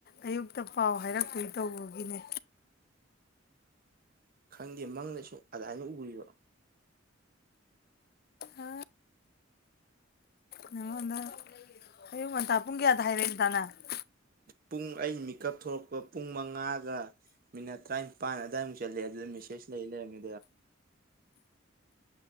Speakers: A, on the left; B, on the right.
A: ꯑꯌꯨꯛꯇ ꯄꯥꯎ ꯍꯥꯏꯔꯛꯇꯣꯏ ꯇꯧꯕꯒꯤꯅꯦ
B: ꯈꯪꯗꯦ ꯃꯪꯗꯁꯨ ꯑꯗꯨꯃꯥꯏꯅ ꯎꯔꯤꯕ
A: ꯑ ꯅꯉꯣꯟꯗ ꯑꯌꯨꯛ ꯉꯟꯇꯥ ꯄꯨꯡ ꯀꯌꯥꯗ ꯍꯥꯏꯔꯛꯏ <unintelligible>
B: ꯄꯨꯡ ꯑꯩ ꯃꯤꯀꯞ ꯊꯣꯛꯂꯛꯄ ꯄꯨꯡ ꯃꯉꯥꯗ ꯃꯤꯅꯠ ꯇꯔꯥꯅꯤꯄꯥꯟ ꯑꯗꯨꯋꯥꯏꯃꯨꯛ ꯆꯠꯂꯦ ꯑꯗꯨꯗ ꯃꯦꯁꯦꯖ ꯂꯩ ꯂꯩꯔꯝꯃꯦ